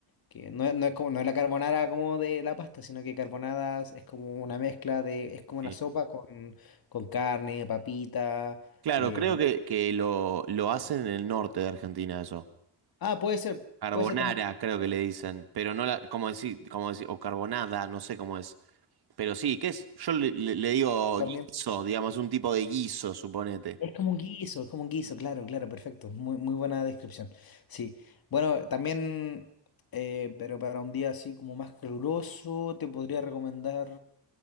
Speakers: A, on the left (about 50°); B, on the right (about 55°).
A: que no, es- no es como, no es la carbonara como de la pasta, sino que carbonada es como una mezcla de, es como una
B: Sí.
A: sopa con, con carne, papita.
B: Claro,
A: eh,
B: creo que, que lo, lo hacen en el norte de Argentina eso.
A: Ah, puede ser,
B: Carbonara,
A: puede ser también.
B: creo que le dicen, pero no la, como decir, como decir, o carbonada, no sé cómo es. Pero sí, ¿qué es? Yo le, le- le digo
A: También
B: guiso, digamos, un tipo de guiso, suponete.
A: Es como un guiso, es como un guiso, claro, claro, perfecto. Muy, muy buena descripción. Sí. Bueno, también, eh, pero para un día así como más caluroso, te podría recomendar.